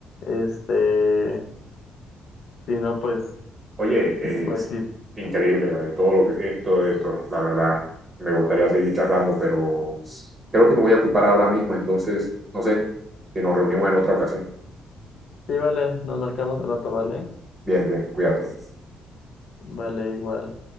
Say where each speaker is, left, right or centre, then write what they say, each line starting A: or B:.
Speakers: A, on the left; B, on the right.
A: Este, si no, pues,
B: Oye, es
A: pues sí,
B: increíble, ¿vale? Todo lo que- eh, todo esto, la verdad. Me gustaría seguir charlando, pero creo que me voy a ocupar ahora mismo, entonces, no sé, si nos reunimos en otra ocasión.
A: sí, vale, nos marcamos al rato, ¿vale?
B: Bien, bien, cuídate.
A: Vale, igual.